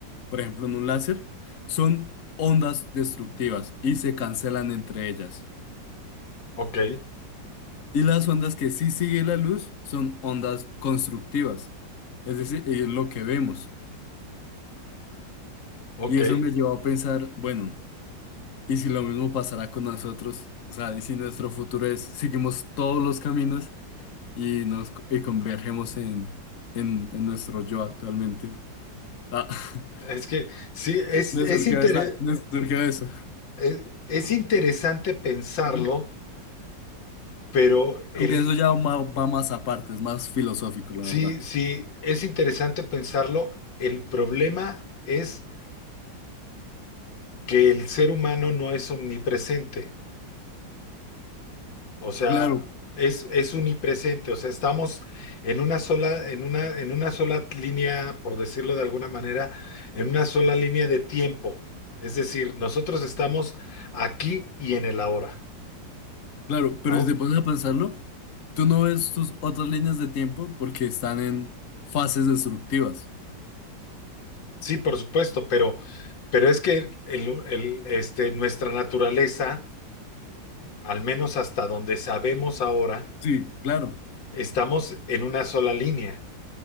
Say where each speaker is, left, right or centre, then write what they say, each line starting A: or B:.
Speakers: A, on the left (about 50°); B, on the left (about 80°).
A: por ejemplo, en un láser, son ondas destructivas y se cancelan entre ellas.
B: ok,
A: Y las ondas que sí sigue la luz son ondas constructivas, es decir, es lo que vemos.
B: ok.
A: Y eso me llevó a pensar, bueno, ¿y si lo mismo pasará con nosotros? O sea, ¿y si nuestro futuro es, seguimos todos los caminos y nos co- y convergemos en, en, en nuestro yo actualmente? Ah, <laughs>
B: Es que sí, es,
A: me
B: es,
A: surgió
B: intere-
A: esa, me surgió eso.
B: es es interesante pensarlo,
A: Ujú.
B: pero el,
A: Aunque eso ya va, va más aparte, es más filosófico, la
B: Sí,
A: verdad.
B: sí, es interesante pensarlo. El problema es que el ser humano no es omnipresente, o sea,
A: Claro,
B: es, es unipresente, o sea, estamos en una sola, en una, en una sola línea, por decirlo de alguna manera, en una sola línea de tiempo. Es decir, nosotros estamos aquí y en el ahora,
A: Claro, pero
B: ¿no?
A: si te pones a pensarlo, tú no ves tus otras líneas de tiempo porque están en fases destructivas.
B: Sí, por supuesto, pero, pero es que el- el- este, nuestra naturaleza, al menos hasta donde sabemos ahora,
A: Sí, claro.
B: Estamos en una sola línea,